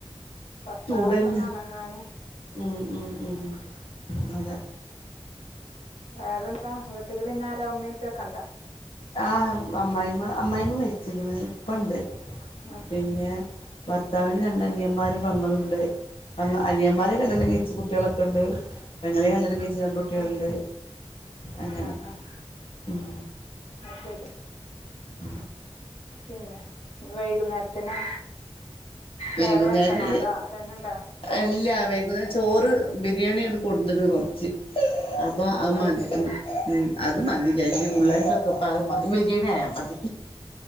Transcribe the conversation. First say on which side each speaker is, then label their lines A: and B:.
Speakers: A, on the left; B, on the left.
A: ഡ്രസ്സൊളൊക്കെ
B: ചൂടന്നെ
A: ഒന്നണങ്ങാന്
B: ഉം ഉം ഉംഅതെ
A: വേറെന്താ വീട്ടില് പിന്നെ ആരാ ഉമ്മീ ഉപ്പക്കെ ണ്ടോ
B: ആ അമ്മായിമ്മ അമ്മായിമ്മ മരിച്ചിരിക്ക്ണ് ഇപ്പ ഇണ്ട്
A: ആഹ്
B: പിന്നെ ഭർത്താവിന് രണ്ട് അനിയന്മാരു പെങ്ങളുണ്ട് അനിയന്മാരെ കല്യാണം കഴിച്ച് കുട്ടിളൊക്കെ ണ്ട് പെങ്ങളിം കല്യാ ണ്ണം കയിച്ച് രണ്ട്കുട്ടിളുണ്ട്
A: ആഹ്
B: അങ്ങനെ
A: ആഹ് ആഹ്
B: ഉം
A: അത് ശരി
B: ഉ
A: പിന്നെ വൈകുന്നേരത്തിന്
B: വൈകുന്നേര്
A: വേറെ വെക്കണോ അതോ അതന്നെ ഉണ്ടോ
B: എല്ലാ വൈകുനേരം ചോറ് ബിരി യാണി ങ്ങട്ട് കൊട്ന്ന് കണ് കുറച്ച് അ പ്പം അഅ്മതി
A: അത് ശരി
B: ഉം അത് പ്പം അത് മതി ചാരി പിള്ളേർക്കൊക്കെ ഇപ്പ അത് ബിരിയേണിആയാ മതി